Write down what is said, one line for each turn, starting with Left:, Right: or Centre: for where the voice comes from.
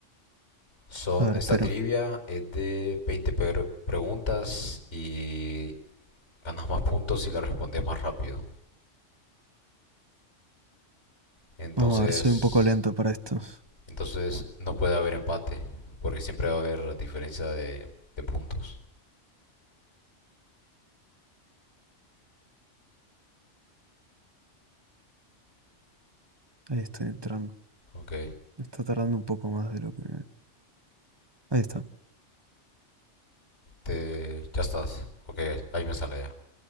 Left: Son,
Right: a ver,
Left: esta
Right: espero.
Left: trivia es de 20 per- preguntas y ganas más puntos si la respondes más rápido. Entonces,
Right: Vamos a ver, soy un poco lento para esto.
Left: entonces no puede haber empate porque siempre va a haber diferencia de, de puntos.
Right: Ahí estoy entrando.
Left: Ok,
Right: Me está tardando un poco más de lo que... Ahí está.
Left: te, ya estás. Ok, ahí me sale ya.